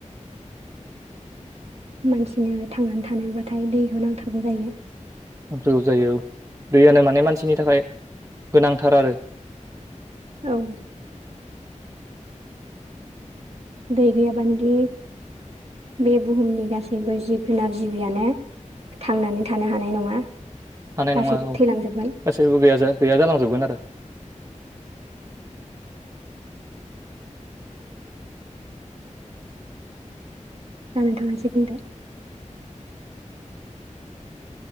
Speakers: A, on the right; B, on the right.
A: मानसिनो थांनानै थानोबाथाय दैखौ नांथारगौ जायो।
B: नांथारगौ जायो औ दैयानो माने मानसिनि थाखाय गोनांथार आरो।
A: औ दै गैयाबानदि बे बुहुमनि गासैबो जिब जुनार जिबियानो। थांनानै थानो हानाय नङा।
B: हानाय
A: गासै
B: नङा औ
A: थैलांजोबगोन
B: गासैबो गैया गैया जालांजोबगोन आरो
A: दा नोंथाङा एसे बुंदो।